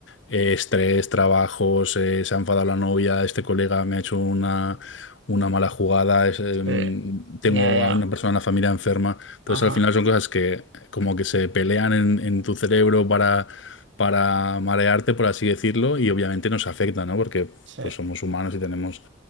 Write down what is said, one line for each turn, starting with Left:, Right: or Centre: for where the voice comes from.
Left: eh, estrés, trabajos, eh, se ha enfadado la novia, este colega me ha hecho una, una mala jugada, es, em,
Right: Sí,
Left: tengo
Right: ya, ya.
Left: a una persona en la familia enferma. Entonces,
Right: Ajá,
Left: al final son cosas que como que se pelean en en tu cerebro para para marearte, por así decirlo, y obviamente nos afecta, ¿no? Porque
Right: sí.
Left: pues somos humanos y tenemos